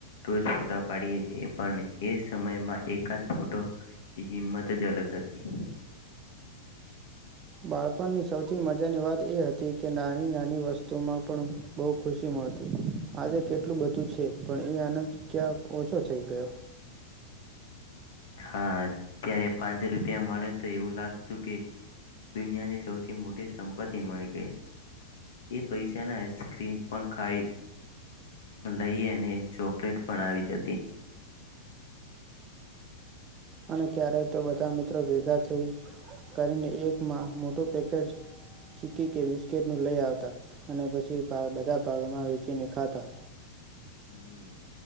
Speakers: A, on the left (about 60°); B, on the right (about 30°).
A: રોજ ફોટા પાડીએ છીએ, પણ એ સમયમાં એકાદ ફોટોની કિંમત જ અલગ હતી.
B: બાળપણની સૌથી મજાની વાત એ હતી, કે નાની નાની વસ્તુમાં પણ બહુ ખુશી મળતી, આજે કેટલું બધ તો છે, પણ એ આનંદ ક્યાં ઓછો છ થઈ ગયો.
A: હા, ત્યારે પાન્સો રૂપિયા મલે તો એવું લાગતું કે, દુનિયાની સૌથી મોટી સંપત્તિ મળી ગઈ, એ પૈસાના આઈસક્રીમ પણ ખાઈ લઈ અને ચોકલેટ પણ આવી જતી.
B: અને ક્યારેક તો બધા મિત્રો ભેગા થઈ, કરીને એકમાં મોટું પેકેજ ચીકી કે બિસ્કીિટનું લઈ આવતા, અને પછી બધા ભાગમાં વેચીને ખાતા.
A: હમ